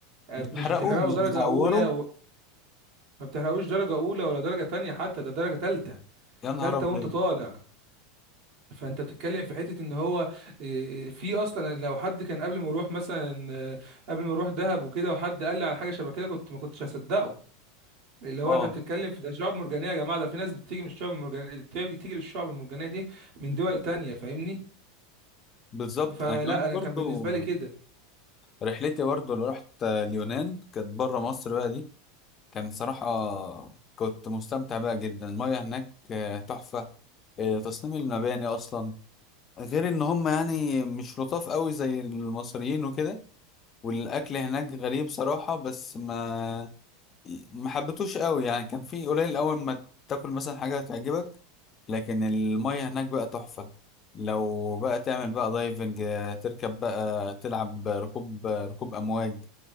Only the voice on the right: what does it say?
آه،
مش بتحرقه
درجه
اولى و... ما بتحرقوش درجه اولى ولا درجه تانية حتى ده درجه تالتة
تالتة
وانت طالع فانت بتتكلم في حته ان هو إيه، في اصلا لو حد كان قبل ما اروح مثلا آه، قبل ما اروح دهب وكده وحد قال لي على حاجه شبه كده كنت ما كنتش هصدقه اللي هو
انت بتتكلم في ده شعاب مرجانيه يا جماعه ده في ناس بتيجي من الشعاب المرجانيه بتيجي بتيجي للشعاب المرجانيه دي من دول تانية فاهمني
فلا
انا
كان بالنسبه لي كده